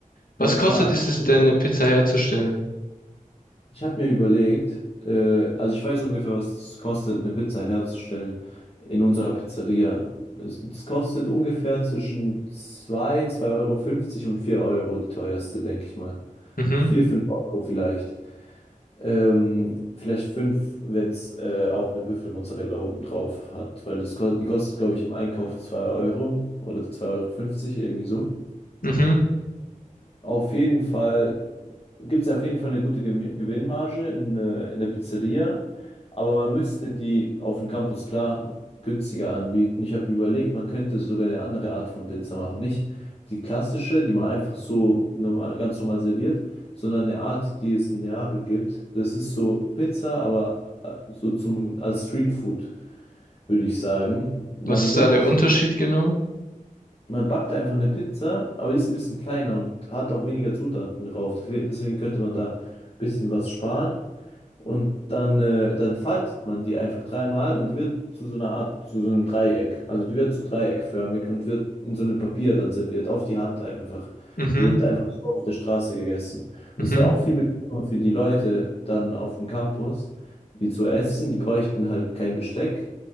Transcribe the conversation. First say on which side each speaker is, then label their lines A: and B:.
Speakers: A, on the left; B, on the left.
A: Was
B: Ja, klar.
A: kostet ist es denn, eine Pizza herzustellen?
B: Ich habe mir überlegt, äh, also ich weiß ungefähr, was es kostet, eine Pizza herzustellen in unserer Pizzeria. Es, es kostet ungefähr zwischen zwei, zwei Euro fünfzig und 4 Euro, die teuerste, denke ich mal.
A: Mhm,
B: vier 5 Euro vielleicht. Ähm, vielleicht 5, wenn es äh, auch eine Büffelmozzarella oben drauf hat, weil das, ko- die kostet, glaube ich, im Einkauf zwei Euro oder 2 Euro, fünfzig irgendwie so.
A: mhm.
B: Auf jeden Fall gibt es auf jeden Fall eine gute Gemi- Gewinnmarge in, äh, in der Pizzeria, aber man müsste die auf dem Campus klar günstiger anbieten. Ich habe überlegt, man könnte sogar eine andere Art von Pizza machen. Nicht die klassische, die man einfach so normal, ganz normal serviert, sondern eine Art, die es in Neapel gibt. Das ist so Pizza, aber äh, so zum, als Streetfood, würde ich sagen. Man
A: Was ist
B: nimmt
A: da der Unterschied genau?
B: man backt da einfach eine Pizza, aber die ist ein bisschen kleiner und hat auch weniger Zutaten drauf. Defe- Deswegen könnte man da ein bisschen was sparen. Und dann, äh, dann faltet man die einfach dreimal und die wird zu so einer Art, zu so einem Dreieck. Also die wird so dreieckförmig und wird in so einem Papier dann serviert, auf die Hand einfach.
A: Mhm,
B: Die wird einfach so auf der Straße gegessen. Und
A: mhm.
B: es wäre auch viel bequemer für die Leute dann auf dem Campus, die zu essen. Die bräuchten halt kein Besteck.